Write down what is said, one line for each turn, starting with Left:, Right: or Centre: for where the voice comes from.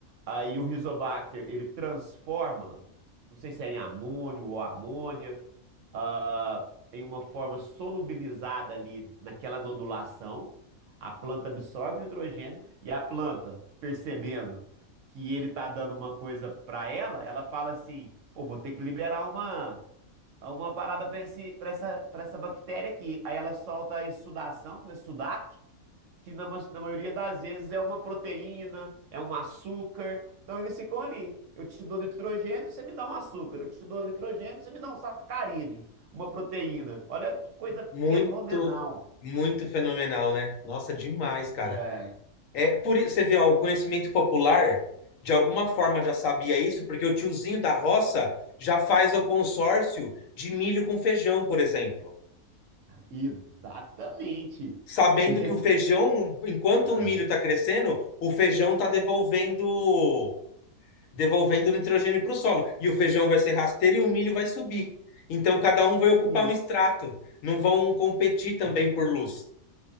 Right: Aí o Rizobacter, ele transforma, não sei se é em amônio ou amônia, ah, em uma forma solubilizada ali naquela nodulação. A planta absorve nitrogênio e a planta, percebendo que ele tá dando uma coisa para ela, ela fala assim: "Pô, vou ter que liberar uma uma parada para esse para essa para essa bactéria aqui". Aí ela solta a exsudação, um exsudato, que na, ma- na maioria das vezes é uma proteína, é um açúcar. Então eles ficam ali. Eu te dou nitrogênio, você me dá um açúcar. Eu te dou nitrogênio, você me dá um sacarídeo, uma proteína. Olha que coisa
Left: Muito,
Right: fenomenal.
Left: muito fenomenal, né? Nossa, demais, cara.
Right: É.
Left: É, por, i- você vê, ó, o conhecimento popular, de alguma forma já sabia isso, porque o tiozinho da roça já faz o consórcio de milho com feijão, por exemplo.
Right: Exatamente.
Left: Sabendo
Right: E
Left: que
Right: esse-
Left: o feijão, enquanto
Right: Ah,
Left: o milho está crescendo, o feijão está devolvendo, devolvendo nitrogênio para o solo. E o feijão vai ser rasteiro e o milho vai subir. Então, cada um vai ocupar
Right: Isso.
Left: um estrato Não vão competir também
Right: aham.
Left: por luz.